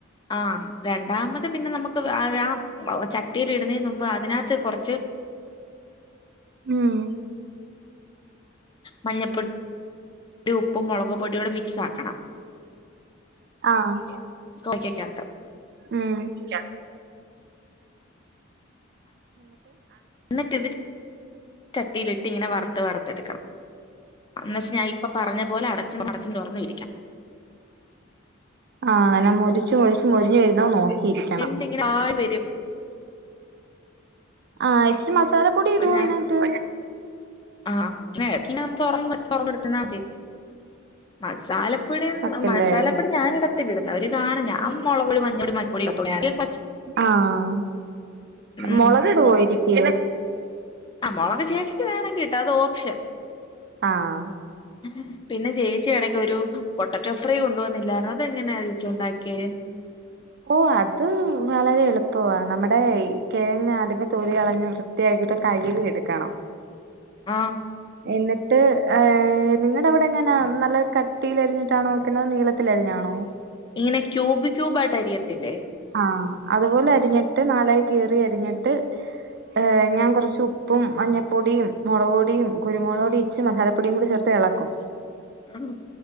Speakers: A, on the left; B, on the right.
A: ആ രണ്ടാമത് പിന്നെ നമുക്ക് ആ ആ ചട്ടീൽ ഇടുന്നതിന് മുമ്പ് അതിനകത്ത് കുറച്ച്
B: ഉം
A: മഞ്ഞപ്പൊടി ഉപ്പും മുളക് പൊടിയും കൂടി മിക്സാക്കണം
B: ആഹ്
A: കോവയ്ക്കാകത്തോ
B: ഉം ച്ചാക്ക്
A: എന്നിട്ട് ഇത് ചട്ടിയിലിട്ട് ഇങ്ങനെ വറ ത്ത് വറത്തെടുക്കണം എന്നവച്ച് ഞാൻ ഇപ്പ പറഞ്ഞ പോലെ അടച്ചും അടച്ചു തുറന്ന് ഇരിക്കാം
B: ആഹ് അങ്ങനെ മൊരിച്ച് മൊരിച്ച് മൊരിഞ്ഞ് വരുന്ന നോക്കിയിരിക്കണം
A: അപ്പങ്ങനെ ആയി വരും
B: ആഹ് ഇച്ചിരി മസാല പൊടി
A: അപ്പൊ
B: ഇടു
A: ഞാൻ
B: ഈനാത്ത്
A: ആഹ് <unintelligible> മസാല പ്പടി
B: അതല്ലേ
A: മസാലപ്പൊടി ഞാനിടത്തില്ല ഇടുന്നവർ കാണും ഞാൻ മുളകൊടി മഞ്ഞൊടി മൽപ്പൊടി <unintelligible>
B: ആഹ
A: ഉം
B: മുളകിടുവോ യെരിക്ക്
A: ആ മുളക് ചേച്ചിക്ക് വേണങ്കി ഇട്ടോ അത് ഓപ്ഷൻ
B: ആഹ്
A: <unintelligible> പിന്നെ ചേച്ചി എടക്ക് ഒരു പൊട്ടറ്റോ ഫ്രൈ കൊണ്ടു വന്നില്ലാര്ന്നോ അതെങ്ങനെയാ യേച്ചി ഉണ്ടാക്കിയേ
B: ഓ അത് വളരെ എളുപ്പ വാ നമ്മുടെ കിഴങ്ങാ അതിലെ തൊലി കളഞ്ഞ് വൃത് ത്തിയാക്കീട്ട് കഴ്കി എടുക്കണം
A: ആ
B: എന്നിട്ട് ഏ നിങ്ങടെ അവിടെ എങ്ങനാ നല്ല കട്ടിലരിഞ്ഞിട്ടാണൊ വെക്കുന്നത് നീള ത്തിലരിഞ്ഞാണോ
A: ഇങ്ങനെ ക്യൂബ് ക്യൂബായിട്ട് അരി യത്തില്ലേ
B: ആഹ അതുപോലെ അരിഞ്ഞിട്ട് നാലായി കീറി അരിഞ്ഞിട്ട് ഏഹ് ഞാൻ കുറച്ച് ഉപ്പും മഞ്ഞപ്പൊടിയും മുളക് പൊടിയും കുരുമുളകൊടിം ച്ച് മസാല പൊടിയും കൂടി ചേർത്ത് എളക്കും
A: ങ്ം